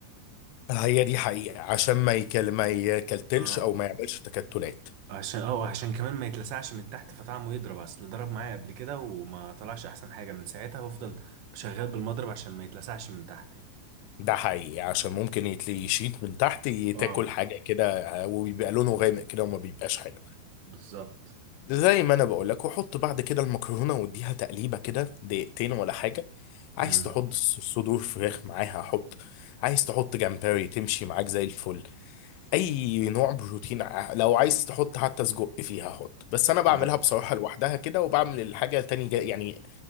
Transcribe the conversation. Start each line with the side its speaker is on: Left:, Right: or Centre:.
Left: هي دي حقيقة عشان ما يكل ما يكلتلش
Right: اه
Left: او ما يعملش تكتلات
Right: عشان اه وعشان كمان ما يتلسعش من تحت فطعمه يضرب اصل ضرب معايا قبل كده وما طلعش احسن حاجه من ساعتها بفضل شغال بالمضرب عشان ما يتلسعش من تحت يعني
Left: ده حقيقي عشان ممكن يتلي يشيط من تحت
Right: اه
Left: تاكل حاجة كده وبيبقى لونه غامق كده وما بيبقاش حلو
Right: بالظبط
Left: زي ما انا بقول لك وحط بعد كده المكرونة واديها تقليبة كده دقيقتين ولا حاجة عايز
Right: امم
Left: تحط س- صدور فراخ معاها حط عايز تحط جمبري تمشي معاك زي الفل اي نوع بروتين ع- لو عايز تحط حتى سجق فيها حط بس انا بعملها
Right: ده.
Left: بصراحة لوحدها كده وبعمل الحاجة تاني جا يعني